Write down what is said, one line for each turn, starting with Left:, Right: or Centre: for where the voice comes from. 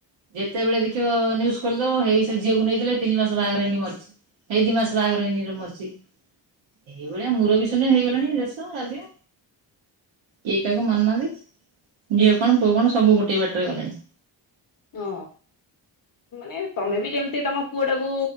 Right: ଯେତେବେଳେ ଦେଖିବ, ନ୍ୟୁଜ୍‌ ଖୋଲିଦେବ, ହେଇ ସେ ଝିଅକୁ ନେଇଥିଲେ, ତିନି ମାସ ବାହାଘର ହେଇନି, ମରିଚି। ହେଇ, ଦି ମାସ ବାହାଘର ହେଇନିର, ମରିଚି। ଏଇଭଳିଆ ମୂରବି ଶୂନ୍ୟ ହେଇଗଲାଣି ଦେଶ, ରାଜ୍ୟ। କେଇ କାହାକୁ ମାନୁନାହାନ୍ତି, ଝିଅ କଣ, ପୁଅ କଣ, ସବୁ ଗୋଟେ ବାଟରେ ଗଲେଣି।
Left: ଓ, ମାନେ ତମେ ବି ଯେମତି ତମ ପୁଅଟାକୁ